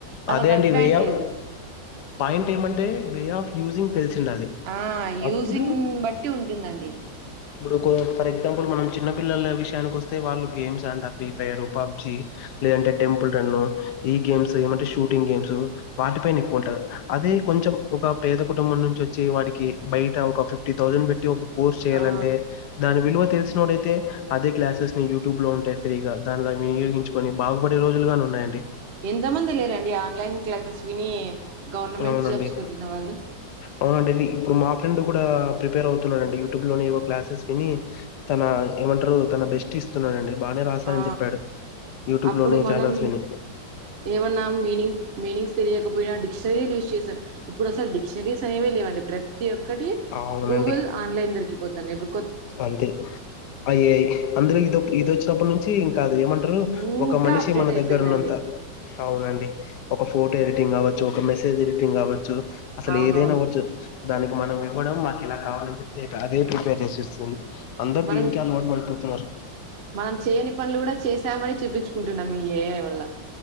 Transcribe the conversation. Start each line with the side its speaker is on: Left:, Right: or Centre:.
Right: అదొ
Left: అదే
Right: ఒక
Left: అండి
Right: అడ్వాంటేజ్
Left: వే ఆఫ్ పాయింట్ ఏమంటే వే ఆఫ్ యూజింగ్ తెలిసుండాలి.
Right: ఆ యూజింగ్
Left: అప్పుడు
Right: బట్టి ఉంటుందండి
Left: ఇప్పుడు ఫర్ ఎగ్జాంపుల్ మనం చిన్న పిల్లల విషయానికి వస్తే వాళ్ళు గేమ్స్ అంట ఫ్రీ ఫైర్ పబ్జి లేదంటే టెంపుల్ రన్ ఈ గేమ్స్ ఏమంటే షూటింగ్ గేమ్స్ వాటి పైన ఎక్కువ ఉంటారు అదే కొంచెం ఒక పేద కుటుంబం నుంచి వచ్చి వాటికి బయట ఒక ఫిఫ్టీ థౌజండ్ పెట్టి ఒక చేయాలంటే
Right: ఆ
Left: దాని విలువ తెలి తెలిసినవాడు అయితే అదే క్లాసెస్ యూ్యూబ్ లో ఉంటయి ఫ్రీగా దానిలా వినియోగించుకోని బాగుపడే రోజులుగా ఉన్నాయండి
Right: ఎంత మంది లేరండి ఆన్లైన్ క్లాసెస్ విని గవర్నమెంట్
Left: అవునండి
Right: జాబ్స్ కొట్టిన వాళ్ళు
Left: అవునండి ఇప్పుడు మా ఫ్రెండ్ కూడా ప్రిపేర్ అవుతున్నాడండి యూట్యూబ్ లోనే ఏవో క్లాసెస్ విని తన ఏమంటారు తన బెస్ట్ ఇస్తున్నాడండి బాగానే రాశానని
Right: ఆ
Left: చెప్పాడు యూట్యూబ్
Right: అప్పుడు
Left: లోనే
Right: మనం
Left: ఛానల్స్ విని
Right: ఏమన్నా మీనింగ్ మీనింగ్స్ తెలియకపోయినా డిక్ష రీ యూస్ చేశా ఇప్పుడుస డిక్షనరీస్ అనేవేవండి ప్రతి ప్రతి ఒక్కటి
Left: అవునండి
Right: గూగుల్ ఆన్లైన్ దొరికిపోతుంది తనెబు
Left: అంతే ఐ ఐ అందులో ఇది ఇది వచ్చినప్పటి నుంచి ఇంకాదు ఏమంటారు
Right: ఇంకా
Left: ఒక మనిషి
Right: అప్డేట్
Left: మన
Right: అయిపోయిందండి
Left: దగ్గర ఉన్నంత అవునండి ఒక ఫోటో ఎడిటింగ్ కావచ్చు. ఒక మెసేజ్ ఎడిటింగ్ కావచ్చు. అసలు
Right: అవునవును
Left: ఏదైనా అవ్వచ్చు దానికి మనం ఇవ్వడం మన్ ఇలా కావాలని చెప్తే అదే ప్రిపేర్ చేసిస్ స అందర్
Right: మనం
Left: దీనికే అలు బడిపో నమస్
Right: మనం చేయని పనులు కూడా చేసామని చూపించుకుంటున్నాం ఈ ఏఏ వల్ల